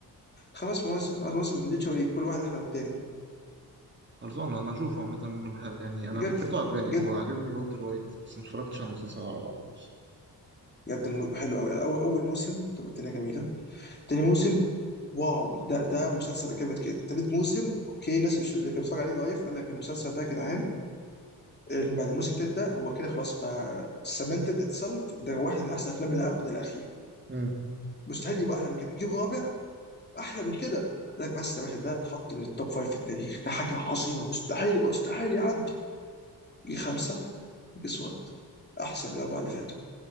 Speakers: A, on the left (about 25°); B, on the right (about 25°).
A: خمس مواسم خمس مواسم من ليتشوري كل واحد احلى من التاني
B: خلصانة انا اشوفه عامة انا بحب يعني
A: بجد
B: انا فكرته عجباني
A: بجد
B: هو عاجبني والتر وايت بس ما اتفرجتش على المسلسل على بعضه بس
A: بجد م- حلو قوي اول اول موسم تبقى الدنيا جميله تاني موسم واو ده ده مسلسل جامد جدا تالت موسم اوكي ناس مش اللي كان بيتفرج عليه لايف قال لك المسلسل ده يا جدعان ال- بعد الموسم التالت ده هو كده خلاص بقى سمنتد اتسلف ده واحد من احسن افلام العقد الاخير
B: امم
A: مستحيل يبقى احلى من كده جيب رابع احلى من كده قال لك بس يا باشا ده اتحط من التوب فايف في التاريخ ده حاجه عظيمه مستحيل مستحيل يعدي جه خمسه جه سوات احسن من الاربعه اللي فاتوا